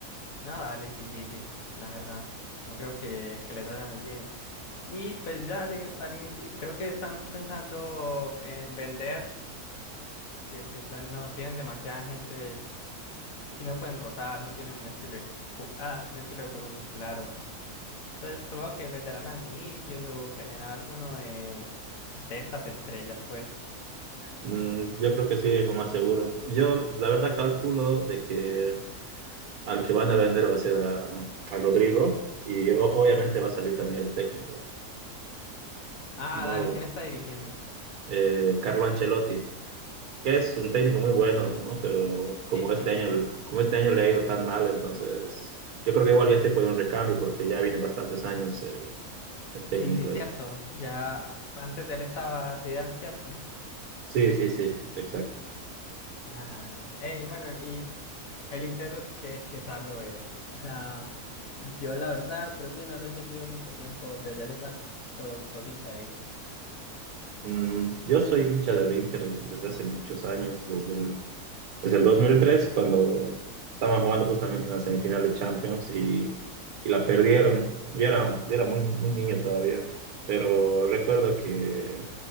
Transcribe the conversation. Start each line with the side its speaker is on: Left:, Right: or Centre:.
Left: no, dale, difícil, la verdad. No creo que, que les vaya muy bien. Y pues ya al, al inicio, creo que están pensando en vender, que pues ya no tienen demasiada gente y no pueden rotar, no tienen un estilo de, ju- ah, un estilo de juego muy claro. Entonces supongo que venderán a Vinicius o venderán a alguno de, de estas estrellas, pues.
Right: mm, yo creo que sí, es lo más seguro. Yo, la verdad, calculo de que al que van a vender va a ser a, a Rodrigo y o- obviamente va a salir también el técnico,
Left: Ah,
Right: no
Left: dale,
Right: lo-
Left: ¿quién está dirigiendo?
Right: eh, Carlo Ancelotti, que es un técnico muy bueno, ¿no? Pero como
Left: Sí, sí,
Right: este
Left: sí.
Right: año, como este año le ha ido tan mal, entonces yo creo que igual ya es tiempo de un recambio porque ya viene bastantes años eh, el técnico.
Left: Sí, sí, cierto.
Right: Es...
Left: Ya antes de él estaba Zidane, ¿cierto?
Right: Sí, sí, sí, exacto.
Left: Nada. Ey, bueno, ¿y el Inter qué, qué tal lo es? O sea, yo la verdad creo que no lo he seguido mucho tiempo. ¿Desde hace cuánto sos hincha de ahí?
Right: Mm, yo soy hincha del Inter desde hace muchos años, desde el Desde el 2003, cuando estaban jugando justamente una semifinal de Champions y, y la perdieron. Yo era, yo era muy, muy niño todavía, pero recuerdo que